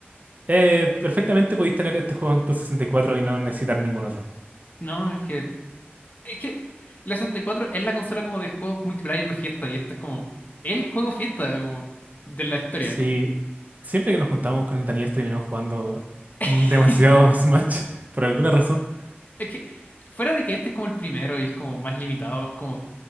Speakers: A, on the right; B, on the left.
A: Eh, perfectamente podéis tener este juego en tu 64 y cuatro y no necesitar ningún otro.
B: No, es que, es que la 64 es la consola como de juegos multiplayer de fiesta y este es como el juego fiesta como de la historia.
A: Sí, siempre que nos juntamos con el Daniel terminamos jugando demasiado
B: <laughs>
A: Smash <laughs> por alguna razón.
B: Es que, fuera de que este es como el primero y es como más limitado, es como,